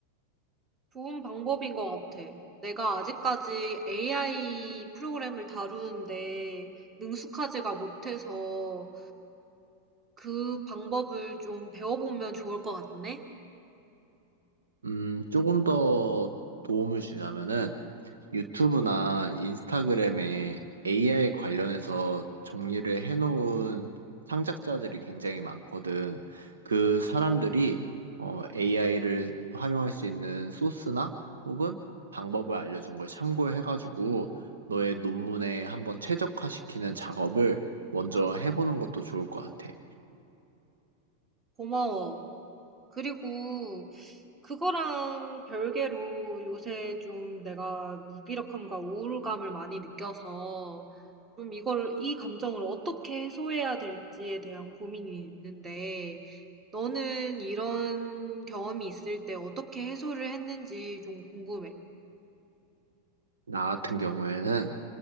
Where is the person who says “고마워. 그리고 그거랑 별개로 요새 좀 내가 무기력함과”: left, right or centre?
Right